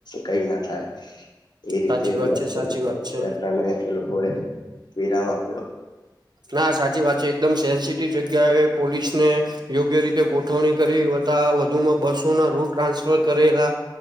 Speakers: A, on the left (about 60°); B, on the right (about 60°).
A: કઈ ના થાય એ રીતે
B: સાચી વાત
A: યાત્રા
B: છે સાચી વાત છે
A: ને એ લોકો એ વિરામ આપ
B: ના સાચી વાત છે એકદમ સેન્સિટિવ જગ્યાએ પોલીસ ને યોગ્ય રીતે ગોઠવણી કરીતા વધુમાં બસો ના રૂટ ટ્રાન્સફર કરેલા.